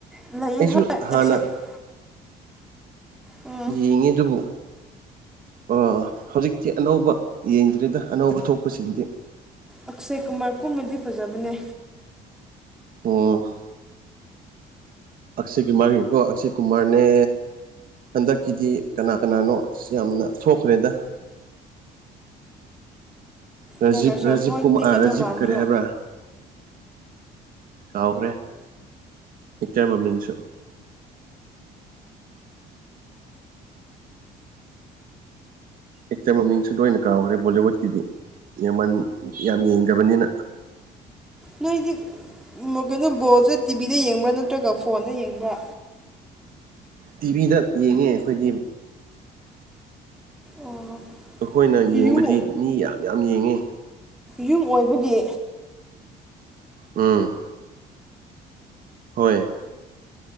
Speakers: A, in the centre; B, on the right.
A: ꯂꯩ
B: ꯑꯩꯁꯨ
A: ꯍꯣꯏ <unintelligible>
B: ꯍꯥꯟꯅ
A: ꯎꯝ
B: ꯌꯦꯡꯉꯦꯗꯨꯕꯨ ꯑꯥ ꯍꯧꯖꯤꯛꯇꯤ ꯑꯅꯧꯕ ꯌꯦꯡꯗ꯭ꯔꯦꯗ ꯑꯅꯧꯕ ꯊꯣꯛꯄꯁꯤꯡꯗꯤ
A: ꯑꯛꯁꯦ ꯀꯨꯃꯥꯔ ꯀꯨꯝꯕꯗꯤ ꯐꯖꯕꯅꯦ
B: ꯑꯣ ꯑꯛꯁꯦ ꯀꯨꯃꯥꯔꯒꯤꯀꯣ ꯑꯛꯁꯦ ꯀꯨꯃꯥꯔꯅꯦ ꯍꯟꯗꯛꯀꯤꯗꯤ ꯀꯅꯥ ꯀꯅꯥꯅꯣ ꯑꯁ ꯌꯥꯝꯅ ꯊꯣꯛꯈ꯭ꯔꯦꯗ ꯔꯖꯤꯞ
A: ꯇꯥꯏꯒꯔ ꯁ꯭ꯔꯣꯐ
B: ꯔꯥꯖꯤꯞ
A: ꯃꯣꯏꯗꯤ
B: ꯀꯨꯝ ꯑꯥ
A: ꯀꯩꯅꯣ
B: ꯔꯥꯖꯤꯞ
A: ꯃꯥꯟꯗ꯭ꯔꯣ
B: ꯀꯔꯤ ꯍꯥꯏꯕ꯭ꯔꯥ ꯀꯥꯎꯈ꯭ꯔꯦ ꯑꯦꯛꯇꯔ ꯃꯃꯤꯡꯁꯨ ꯑꯦꯛꯇꯔ ꯃꯃꯤꯡꯁꯨ ꯂꯣꯏꯅ ꯀꯥꯎꯈ꯭ꯔꯦ ꯕꯣꯂꯤꯋꯨꯗꯀꯤꯗꯤ ꯌꯥꯝꯃꯟ ꯌꯥꯝ ꯌꯦꯡꯗꯕꯅꯤꯅ
A: ꯅꯣꯏꯗꯤ ꯀꯩꯅꯣ ꯕꯣꯜꯁꯦ ꯇꯤꯚꯤꯗ ꯌꯦꯡꯕ꯭ꯔꯥ ꯅꯠꯇ꯭ꯔꯒ ꯐꯣꯟꯗ ꯌꯦꯡꯕ꯭ꯔꯥ
B: ꯇꯤꯚꯤꯗ ꯌꯦꯡꯉꯦ ꯑꯩꯈꯣꯏꯒꯤ
A: ꯑꯣ
B: ꯑꯩꯈꯣꯏꯅ ꯌꯦꯡꯕꯗꯤ
A: ꯌꯨꯝ
B: ꯃꯤ ꯌꯥꯝ ꯌꯥꯝ ꯌꯦꯡꯉꯦ
A: ꯌꯨꯝ ꯑꯣꯏꯕꯒꯤ
B: ꯎꯝ ꯍꯣꯏ